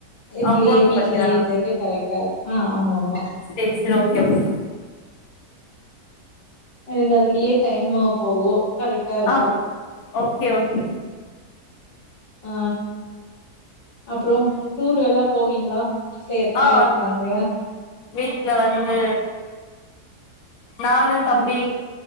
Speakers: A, on the left; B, on the left.
A: இதுலியே
B: அவ ஃபோர்த்
A: வீட்லியே
B: படிக்கிறானா
A: இருக்கக்க கரெக்டா இருக் ஆ ஆமா ஆமா
B: சேரி சேரி ஓகே ஓகே
A: எனக்கு அதுலியே டைமாவு போவு கரெக்ட்டா இருக்கு
B: ஆ ஓகே ஓகே
A: ஆ அப்றோ டூர்கள்லா போவீங்களா வீட்ல எத்தன
B: ஆ
A: பேர் இருக்காங்க
B: வீட்ல வந்து நானு தம்பி